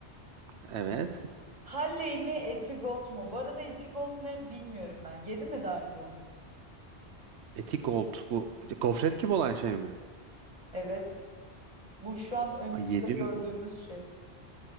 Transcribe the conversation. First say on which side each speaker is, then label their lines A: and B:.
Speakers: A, on the right; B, on the right.
A: Evet.
B: Halley mi, Etigold mu? Bu arada Etigold ne bilmiyorum ben. Yedi mi daha önce onu?
A: Eti Gold. Bu gofret gibi olan şey mi?
B: Evet. Bu şu an önümüzde
A: Ay yedim.
B: gördüğümüz şey.